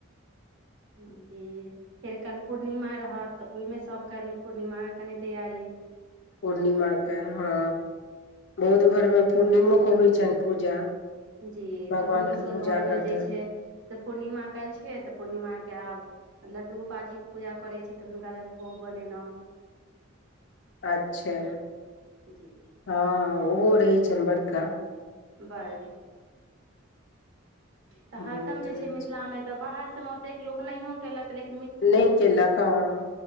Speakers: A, on the right; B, on the left.
A: जी फेर काल्हि पूर्णिमा रहत ओहिमे सब काल्हि पूर्णिमाके कनि तैयारी
B: पूर्णिमाके हँ बहुत घर
A: काल्हि
B: मे
A: पूर्णिमा
B: पूर्णिमोके
A: छियै
B: होइ छल पूजा
A: जी
B: भगवान
A: तऽ हमरो
B: के
A: सबके
B: पूजा
A: घरमे
B: करतै
A: जे छै से पूर्णिमा कयल छियै तऽ पूर्णिमा के आब लड्डू गोपाल जी के पूजा करै छी तऽ हुनका लेल भोग बनेलहु <inaudible>
B: अच्छा
A: जी
B: हँ ओहो रहै छनि बड़का
A: <inaudible> तऽ बाहर
B: बहुत रहै
A: सबमे ओतेक लोग नहियो केलक लेक
B: नहि कलक हँ